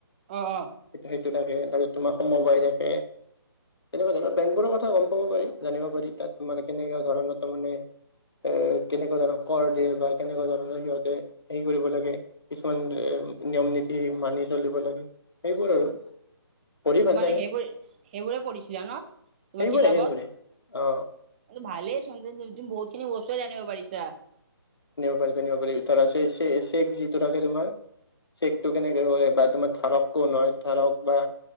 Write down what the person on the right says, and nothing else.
অ', অ'।
মানে
সেইবোৰে সেইবোৰে পঢ়িছিলা ন?
তোমাৰ কিতাপত?
কিন্তু ভালে <inaudible> খিনি বস্ত জানিব পাৰিছা।